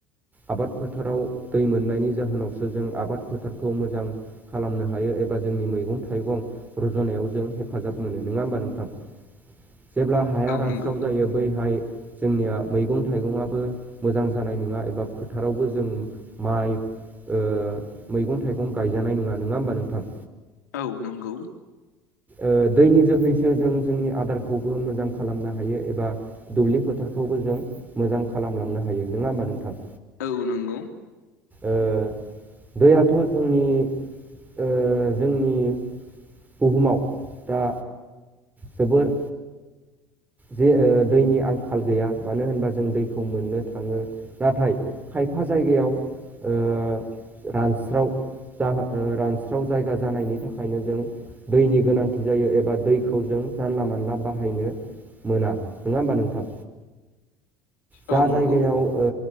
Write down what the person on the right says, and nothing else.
आबाद फोथाराव दै मोननायनि जाहोनावसो जों आबाद फोथारखौ मोजां। खालामनो हायो एबा जोंनि मैगं थाइगं रज'नायाव जों हेफाजाब मोनो नङा होमबा नोंथां।
जेब्ला हाया
रानस्राव
जायो बैहाय जोंनिया मैगं थाइगंआ। बो मोजां जानाय नङा एबा फोथारावबो जों माइ। ओ मैगं थाइगं गायजानाय नङा नङा होमबा नोंथां
ओ दैनि जोहैसो जों जोंनि आदारखौबो मोजां खालामनो हायो एबा। दुब्लि फोथारखौबो जों मोजां खालामलांनो हायो नोङा होमबा नोंथां।
ओ दैयाथ' जोंनि ओ जोंनि बुहुमाव दा जोबोर। जे ओ दैनि आंखाल गैया मानो होनबा जों दैखौ मोननो थाङो। नाथाय खायफा जायगायाव ओ रानस्राव। जा ओ रानस्राव जायगा जानायनि थाखायनो जों। दैनि गोनांथि जायो एबा दैखौ जों जानला मानला बाहायनो। मोना नङा होमबा नोंथां जा
जायगायाव। औ ओ